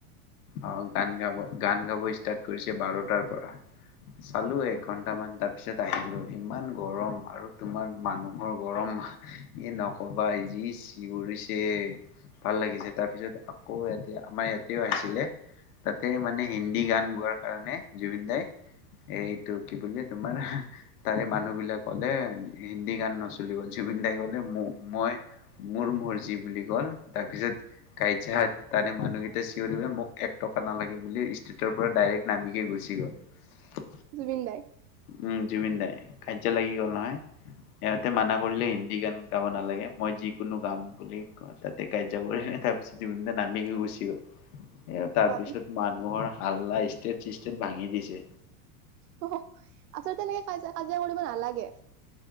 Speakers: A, on the left; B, on the right.
A: অ' গান গাব গান। গাব ষ্টাৰ্ট কৰিছে বাৰটাৰ পৰা, চালো এক ঘন্টামান তাৰপিছত আহিলো । ইমান গৰম আৰু তোমাৰ মানুহৰ গৰম এই নকবা যি চিঞৰিছে ভাল লাগিছে তাৰ পিছত আকৌ এট আমাৰ ইয়াতেও আহিছিলে, তাতে মানে হিন্দী গান গোৱাৰ কাৰণে জুবিন দাই, এইটো কি বুলি তোমাৰ তাৰে মানুহ বিলাক ক'লে হিন্দী গান নচলিব। জুবিন দাই কলে মই মোৰ মৰযি বুলি ক'ল। তাৰপিছত গাড়ীত যাই হাত তাৰে মানুহকেইটা
B: অ
A: চিঞৰিব মোক এক টকা নালাগে বুলি ষ্ট্ৰিটেতৰ পৰা ডাইৰেক্ট নামিকে গুচি গ'ল
B: জুবিন দাই
A: উম জুবিন দাই কাইজ্জা লাগি গ'ল নহয় ইহঁতে মানা কৰিলে হিন্দী গান গাব নালাগে মই যিকোনো গাম বুলি তাতে কাইজ্জা কৰি তাৰ পিছত জুবিন দা না দিগি গুছি গ এ তাৰ
B: হয়
A: পিছত মানুহৰ আল্লাহ ইষ্টেট চিষ্টেট ভাঙি দিছে
B: অহহ আচলতে তেনে কাজিয়া কাজিয়া কৰি হে নালাগে